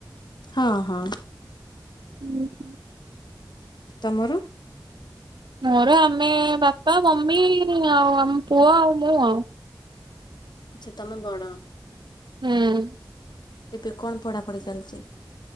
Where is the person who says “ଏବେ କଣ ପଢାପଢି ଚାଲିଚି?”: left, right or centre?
Left